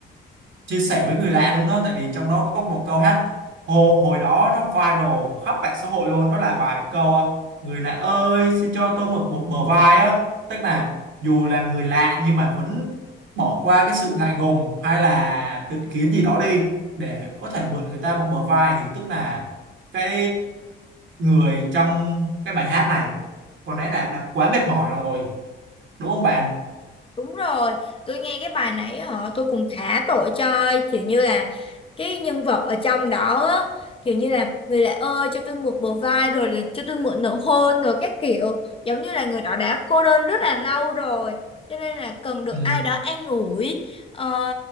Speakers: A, on the right (about 70°); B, on the left (about 25°).
A: chia sẻ với người lạ luôn đó tại vì trong đó có một câu hát hồi, hồi đó nó viral khắp mạng xã hội luôn đó là bài câu à, người lạ ơi xin cho tôi mượn một bờ vai á tức là dù là người lạ nhưng mà vẫn bỏ qua cái sự ngại ngùng hay là định kiến gì đó đi để có thể mượn người ta một bờ vai thì tức là cái người trong cái bài hát này có lẽ là đã quá mệt mỏi rồi đúng không bạn
B: Đúng rồi, tôi nghe cái bài nãy họ tôi cũng khá tội cho kiểu như là cái nhân vật ở trong đó á, kiểu như là người lạ ơi cho tôi mượn bờ vai rồi là cho tôi mượn nụ hôn rồi các kiểu giống như là người đó đã cô đơn rất là lâu rồi cho nên là cần được
A: ừ
B: ai đó an ủi ờ,